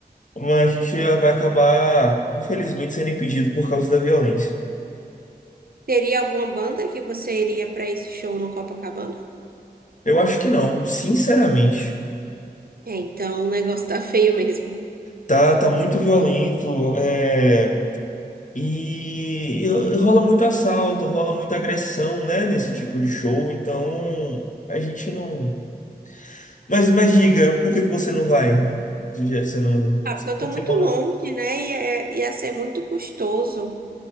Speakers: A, on the left; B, on the right.
A: mas a gente vai acabar, infelizmente, sendo impedido por causa da violência.
B: Teria alguma banda que você iria para esse show no Copacabana?
A: Eu acho que não, sinceramente.
B: É, então o negócio tá feio mesmo.
A: Tá, tá muito violento, é, e rola muito assalto, rola muita agressão, né, nesse tipo de show, então a gente não. Mas, mas diga, por que que você não vai? Já- Você não.
B: Ah, porque eu tô
A: Você
B: muito
A: mora
B: longe,
A: no-
B: né? E é- ia ser muito custoso